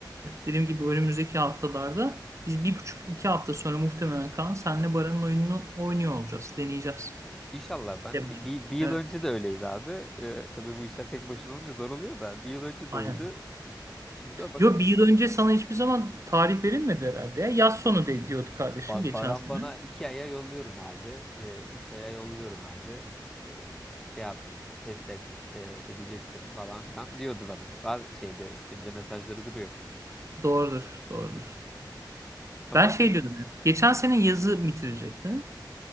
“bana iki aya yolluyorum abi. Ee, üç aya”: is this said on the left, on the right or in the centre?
Centre